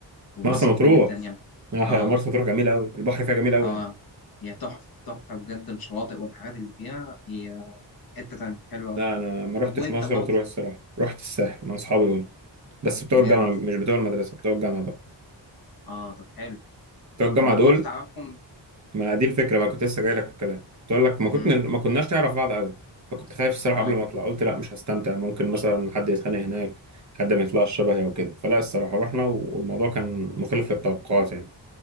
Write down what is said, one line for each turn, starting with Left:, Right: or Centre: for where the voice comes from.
Left: واتبسطنا
Right: مرسى مطروح
Left: جدا يعني
Right: آه،
Left: اه
Right: مرسى مطروح جميلة قوي البحر فيها جميل قوي
Left: اه
Right: يعني
Left: هي تحفه تحفه بجد الشواطئ والحاجات اللي فيها هي حته تانية حلوه أوي.
Right: لا انا ما رحتش
Left: طب وانت
Right: مرسى
Left: برضه
Right: مطروح الصراحة رحت الساحل مع اصحابي دول بس بتوع
Left: بجد
Right: الجامعة مش بتوع المدرسة بتوع الجامعة بقى
Left: اه طب حلو
Right: بتوع الجامعة
Left: طب وكنت
Right: دول
Left: تعرفهم
Right: ما دي الفكرة بقى كنت لسه جاي لك في الكلام تقول لك ما كنت
Left: امم
Right: ما كناش نعرف بعض قوي فكنت خايف الصراحة
Left: اه
Right: قبل ما اطلع قلت لا مش هستمتع ممكن مثلا حد يتخانق هناك حد ما يطلعش شبهي وكده فلا الصراحة رحنا والموضوع كان مخالف للتوقعات يعني